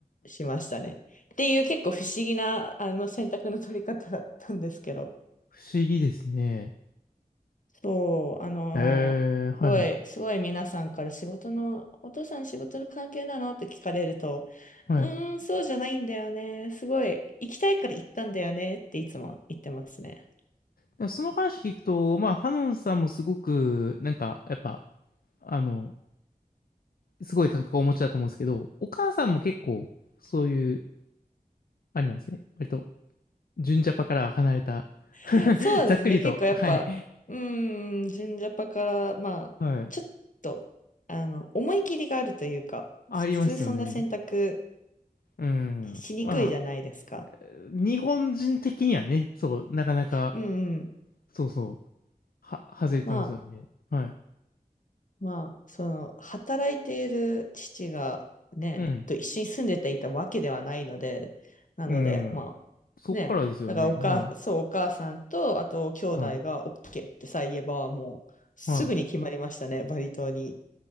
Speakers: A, on the left; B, on the left.
A: しましたね。っていう結構不思議な、あの、選択の取り方だったんですけど。
B: 不思議ですね。
A: そう、あのーすごい、
B: ええ、はいはい。
A: すごい皆さんから仕事の、お父さん仕事の関係なのって聞かれると、
B: はい。
A: うーん、そうじゃないんだよね。すごい、行きたいから行ったんだよねっていつも言ってますね。
B: だその話聞くと、まあ、ハノンさんもすごく、なんか、やっぱ、あの、すごい感覚をお持ちだと思うんですけど、お母さんも結構、そういう、あれなんですね。割と、純ジャパからは離れた <laughs>
A: <laughs> そうですね。
B: ざっくりと、
A: 結構やっぱ、
B: はい。
A: うーん、純ジャパから、まあ、
B: はい。
A: ちょっと、あの、思い切りがあるというか、普通そんな選択
B: ありますよね。うん。
A: しにくいじゃないですか。
B: まあ、日本人的にはね、そう、なかなか、
A: うんうん。
B: そうそう。は、外れてますよね。
A: まあ、
B: はい。
A: まあ、その、働いている父がね、
B: うん。
A: と一緒に住んでていたわけではないので、なので、
B: うん。
A: ま
B: そっからですよね。
A: あ、ね、だからお母、
B: はい。
A: そう、お母さんと、あと、兄弟が
B: は
A: OK ってさえ言えば、もう、すぐに決まりましたね、
B: い。は
A: バリ島に